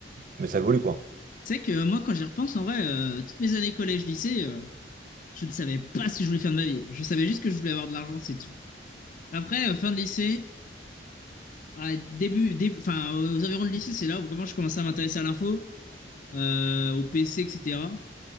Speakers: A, on the right; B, on the left.
A: mais ça évolue, quoi.
B: C'est vrai que moi, quand j'y repense, en vrai, euh, toutes mes années collège-lycée, euh, je ne savais pas ce que je voulais faire de ma vie. Je savais juste que je voulais avoir de l'argent, c'est tout. Après, euh, fin de lycée, ouais, début, début, enfin, aux environs de lycée, c'est là où vraiment je commençais à m'intéresser à l'info. euh, au PC, etc.